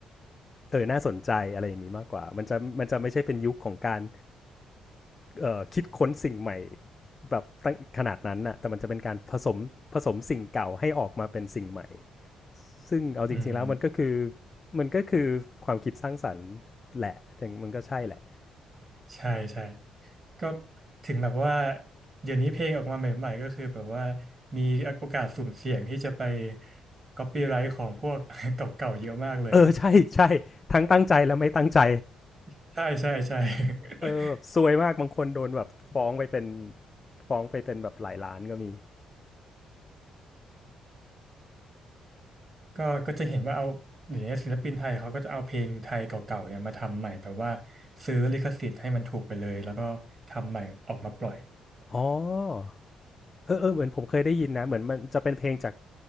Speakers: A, on the left; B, on the right.
A: เออน่าสนใจอะไรอย่างนี้มากกว่ามันจะมันจะไม่ใช่เป็นยุคของการเอ่อคิดค้นสิ่งใหม่แบบตั้งขนาดนั้นน่ะแต่มันจะเป็นการผสมผสมสิ่งเก่าให้ออกมาเป็นสิ่งใหม่ซึ่งเอาจริงๆแล้วมันก็คือ
B: อืม
A: มันก็คือความคิดสร้างสรรค์แหละมันก็ใช่แหละ
B: ใช่ใช่ ก็ถึงแบบว่าเดี๋ยวนี้เพลงออกมาใหม่ๆก็คือแบบว่ามีโอกาสสุ่มเสี่ยงที่จะไปก๊อปปี้ไรท์ของพวก <laughs> เก่าๆเยอะมากเลย
A: เออใช่ใช่ทั้งตั้งใจและไม่ตั้งใจ
B: <laughs> ใช่ใช่ใช่
A: เออแบบซวยมากบางคนโดนแบบฟ้องไปเป็น
B: <laughs>
A: ฟ้องไปเป็นแบบหลายล้านก็มี
B: ก็ก็จะเห็นว่าเอาเดี๋ยวนี้ศิลปินไทยเขาก็จะเอาเพลงไทยเก่าๆเนี่ยมาทำใหม่แบบว่าซื้อลิขสิทธิ์ให้มันถูกไปเลยแล้วก็ทำใหม่ออกมาปล่อย
A: อ๋อเออเออเหมือนผมเคยได้ยินนะเหมือนมันจะเป็นเพลงจาก